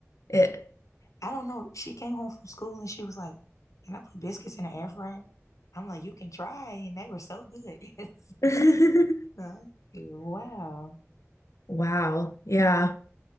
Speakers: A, on the left; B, on the left.
A: it?
B: I don't know. She came home from school and she was like, Can I put biscuits in the air fryer? I'm like, you can try. And they were so good. <laughs>
A: <laughs>
B: So, I'm like, wow.
A: Wow. Yeah.